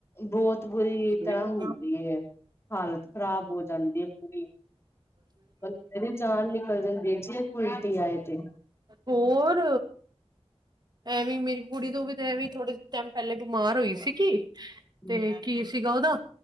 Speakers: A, on the left; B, on the right.
A: ਬਹੁਤ ਬੁਰੀ
B: ਹਮ
A: ਤਰ੍ਹਾਂ ਹੁੰਦੀ ਏ। ਹਾਲਤ ਖ਼ਰਾਬ ਹੋ ਜਾਂਦੀ ਹੈ ਪੂਰੀ। ਬੰਦੇ ਦੀ ਜਾਨ ਨਿਕਲ ਜਾਂਦੀ ਹੈ ਜੇ ਉਲਟੀ ਆਏ ਤੇ।
B: <inaudible> ਹੋਰ ਐਵੇਂ ਮੇਰੀ ਕੁੜੀ ਨੂੰ ਵੀ ਤੇ ਐਵੇਂ ਥੋੜੇ ਟਾਈਮ ਪਹਿਲੇ ਬਿਮਾਰ ਹੋਈ ਸੀਗੀ
A: ਹਮ
B: ਤੇ ਕੀ ਸੀ ਸੀਗਾ ਉਹਦਾ